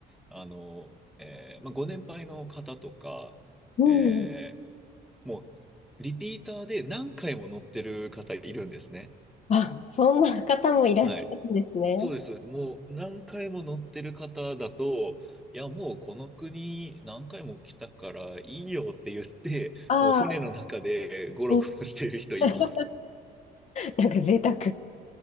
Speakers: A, in the centre; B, on the left.
A: あの、えーまあ、ご年配の方とか、
B: うん。
A: えー、もう、リピーターで何回も乗ってる方いるんですね。
B: あ、そんな方もいらっしゃるんですね。
A: はい。そうです、そうです。もう何回も乗ってる方だと、いや、もうこの国何回も来たからいいよって言って、
B: ああ
A: もう船の中でゴロゴロしてる人います。
B: ー、うん <laughs> なんか贅沢。